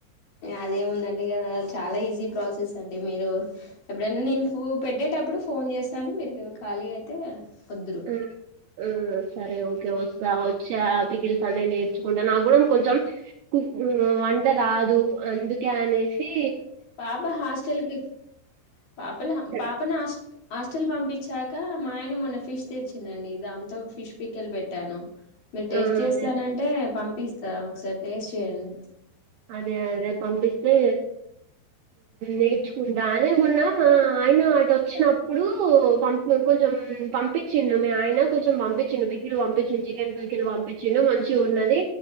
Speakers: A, on the left; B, on the right.
A: అదేముందండి కద చాలా ఈజీ ప్రాసెస్ అండి మీరు ఎప్పుడైనా నేను <unintelligible> పెట్టేటప్పుడు ఫోన్ చేస్తాను మీరు ఖాళీ అయితే వద్దురు
B: ఉమ్ ఉమ్ సరే ఓకే వస్తా ఆహ్ పికిల్స్ అదే నేర్చుకుంటా నాకు కూడా కొంచెం కుక్ వంట రాదు అందుకు. కనేసి.
A: పాప హాస్టల్కి పాపల
B: తెలుసు
A: పాపను హాస్ట హాస్టల్ పంపించాక మా ఆయన మొన్న ఫిష్ తెచ్చిందండి దాంతో ఫిష్ పిక్కెల్ పెట్టాను. మీరు టేస్ట్
B: ఆ!
A: చేస్తానంటే
B: అదే
A: పంపిస్తా ఒకసారి టేస్ట్ చేయండి.
B: అదే రేపు పంపిస్తే. నేర్చుకుంటా అదే మొన్న ఆయన అటు వచ్చినప్పుడు పంపి కొంచెం. ఉమ్ పంపించిండు మీ ఆయన కొంచంపించిండు పికిలు పంపించిండు చికెన్ పీకిలు పంపించిండు మంచిగున్నది.